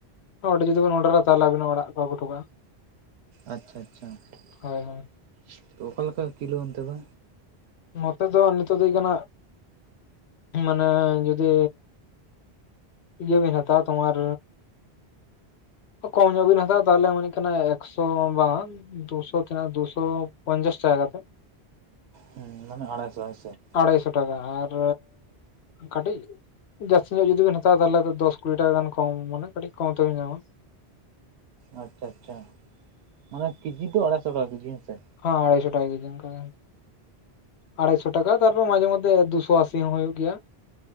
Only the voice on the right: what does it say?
ᱟᱪᱪᱷᱟ ᱟᱪᱪᱷᱟ
᱾ ᱛᱚ ᱚᱠᱟᱞᱮᱠᱟ ᱠᱤᱞᱳ ᱚᱱᱛᱮ ᱫᱚ?
ᱦᱮᱸ ᱢᱟᱱᱮ ᱟᱲᱟᱭᱥᱚ ᱦᱚᱭ ᱥᱮ ᱾
ᱟᱪᱪᱷᱟ ᱟᱪᱪᱷᱟ, ᱢᱟᱱᱮ ᱠᱮᱡᱤ ᱫᱚ ᱟᱲᱟᱭᱥᱚ ᱴᱟᱠᱟ ᱠᱮᱡᱤ ᱦᱮᱸᱥᱮ ᱾